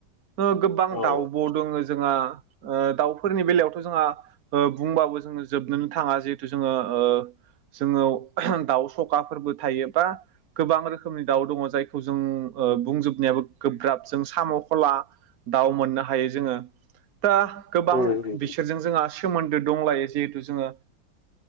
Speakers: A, on the right; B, on the left.
A: गोबां
B: औ
A: दाउब'
B: औ
A: दङ जोंहा दाउफोरनि बेलायावथ' जोंहा बुंबाबो जोङो जोबनोनो थाङा जिहेथु जोङो ओ जोङो दाउ सखाफोरबो थायोबा गोबां रोखोमनि दाउ दङ जायखौ जों बुंजोबनायाबो गोब्राब जों साम' खला दाउ मोननो हायो जोङो दा गोबां
B: उम
A: बिसोरजों जोंहा सोमोन्दो दंलायो जिहेथु जोङो